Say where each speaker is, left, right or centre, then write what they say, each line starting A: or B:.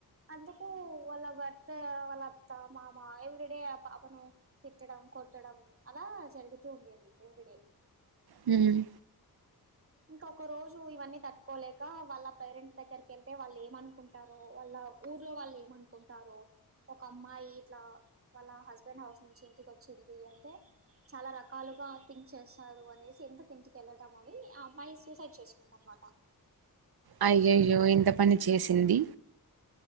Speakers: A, on the right; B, on the right.
A: అందుకు వాళ్ళ భర్త వాళ్ళ అత్త మామ ఎవ్రీడే పాపను తిట్టడం కొట్టడం అలా జరుగుతూ ఉండేది ఎవ్రీడే
B: హ్మ్
A: ఇంకా ఒక రోజు ఇవన్నీ తట్టుకోలేక వాళ్ళ పేరెంట్స్ దగ్గరకి వెళ్తే వాళ్ళు ఏమనుకుంటారొ వాళ్ళ ఊర్లో వాళ్ళు ఏమనుకుంటారో ఒక అమ్మాయి ఇట్లా వాళ్ళ హస్బెండ్ హౌస్ నుంచి ఇంటికి వచ్చింది అంటే చాలా రకాలుగా థింక్ చేస్తారు అనేసి ఎందుకు ఇంటికెళ్ళటం అని ఆ మైయి సూసైడ్ చేసుకుందన్నమాట
B: అయ్యయ్యో ఎంత పని చేసింది